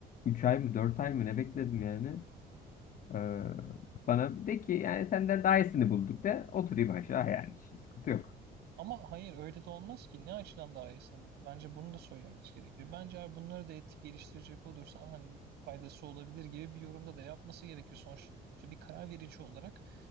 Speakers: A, on the left; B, on the right.
A: 3 ay mı 4 ay mı ne bekledim yani. Ee, bana bir de ki yani senden daha iyisini bulduk de oturayım aşağı yani. Hiç Sıkıntı yok.
B: Ama hayır öyle de olmaz ki. Ne açıdan daha iyisini buldu? Bence bunu da söylemesi gerekir. Bence eğer bunları da etik geliştirecek olursan hani bir faydası olabilir gibi bir yorumda da yapması gerekir. Sonuçta bir karar verici olarak